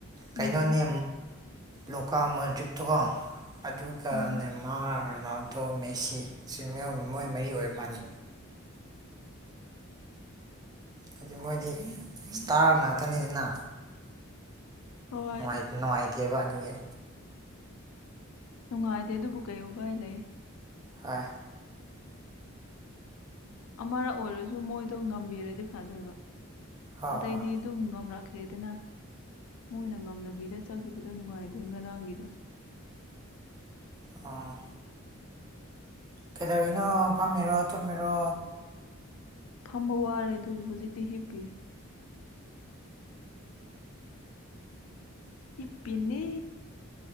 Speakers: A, on the right; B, on the left.
A: ꯀꯩꯅꯣꯅꯦ
B: ꯎꯝ
A: ꯂꯣꯀꯥ ꯃꯜꯖꯤꯠꯇꯣꯀꯣ ꯑꯗꯨꯒ
B: ꯎꯝ
A: ꯅꯦꯃꯥꯔꯅ ꯗꯣ ꯃꯦꯁꯤ ꯑꯁꯤ ꯃꯣꯏ ꯃꯔꯤ ꯑꯣꯏꯔ ꯃꯥꯜꯂꯦ ꯍꯥꯏꯗꯤ ꯃꯣꯏꯗꯤ ꯁꯇꯥꯔ ꯉꯥꯛꯇꯅꯤꯗꯅ
B: ꯍꯣꯏ
A: ꯅꯨꯡꯉꯥꯏ ꯅꯨꯡꯉꯥꯢꯇꯦꯕ ꯑꯗꯨꯒꯤ
B: ꯅꯨꯡꯉꯥꯏꯗꯦ ꯑꯗꯨꯕꯨ ꯀꯩꯕ ꯎꯄꯥꯏ ꯂꯩ
A: ꯍꯣꯏ
B: ꯑꯃꯔꯛ ꯑꯣꯏꯔꯁꯨ ꯃꯣꯏꯗꯣ ꯉꯝꯕꯤꯔꯗꯤ ꯐꯗꯣꯏꯕ
A: ꯍꯣꯏ
B: ꯑꯇꯩꯗꯤ
A: ꯍꯣꯏ
B: ꯑꯗꯨꯝ ꯉꯝꯔꯛ ꯈ꯭ꯔꯦꯗꯅ ꯃꯣꯏꯅ ꯉꯝꯅꯕꯤꯗ ꯆꯠꯈꯤꯕꯗꯣ ꯅꯨꯡꯉꯥꯏꯗꯦ ꯉꯔꯥꯡꯒꯤꯗꯣ
A: ꯑꯣ ꯀꯩꯗꯧꯔꯤꯅꯣ ꯐꯝꯃꯤꯔꯣ ꯇꯨꯝꯃꯤꯔꯣ
B: ꯐꯝꯕ ꯋꯥꯔꯦ ꯑꯗꯨꯒꯤ ꯍꯧꯖꯤꯛꯇꯤ ꯍꯤꯞꯄꯤꯌꯦ ꯍꯤꯞꯄꯤꯅꯦ